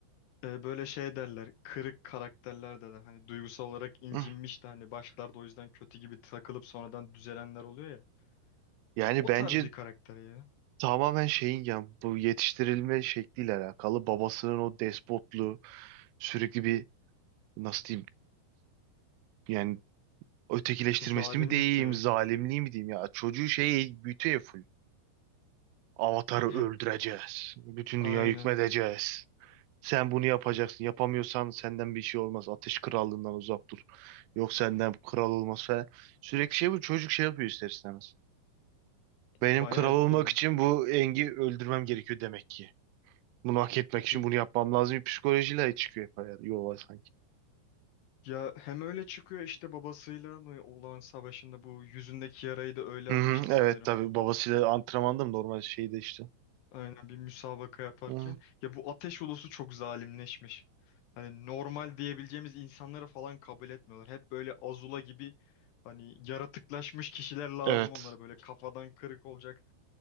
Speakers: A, on the left (about 75°); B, on the right (about 85°).
A: e, böyle şey derler. Kırık karakterler de Hani duygusal olarak incinmiş
B: hı.
A: de hani başlarda o yüzden kötü gibi takılıp sonradan düzelenler oluyor ya.
B: Yani
A: O
B: bence
A: tarz bir karakter ya.
B: tamamen şeyin ya bu yetiştirilme şekliyle alakalı. Babasının o despotluğu sürekli bir nasıl diyeyim yani ötekileştirmesi
A: Zalimlik
B: mi diyeyim,
A: ya.
B: zalimliği mi diyeyim ya. Çocuğu şey büyütüyor full. Avatar'ı
A: Hep
B: öldüreceğiz. Bütün
A: aynen.
B: dünya hükmedeceğiz. Sen bunu yapacaksın. Yapamıyorsan senden bir şey olmaz. Ateş krallığından uzak dur. Yok senden kral olmaz falan. Sürekli şey bu. Çocuk şey yapıyor ister istemez. Benim
A: Bayağı
B: kral
A: etkileniyor.
B: olmak için bu Engi öldürmem gerekiyor demek ki. Bunu hak etmek
A: Y-
B: için bunu yapmam lazım. Bir Psikolojiyle çıkıyor hep hayat- yola sanki.
A: Ya hem öyle çıkıyor işte babasıyla mı olan savaşında bu yüzündeki yarayı da öyle
B: Hı
A: almıştı
B: hı, evet
A: sanırım.
B: tabii babasıyla antrenmanda mı normal şeyde işte.
A: Aynen bir müsabaka yaparken.
B: Hı.
A: Ya bu ateş ulusu çok zalimleşmiş. Hani normal diyebileceğimiz insanları falan kabul etmiyorlar. Hep böyle Azula gibi hani yaratıklaşmış kişiler lazım
B: Evet,
A: onlara. Böyle kafadan kırık olacak,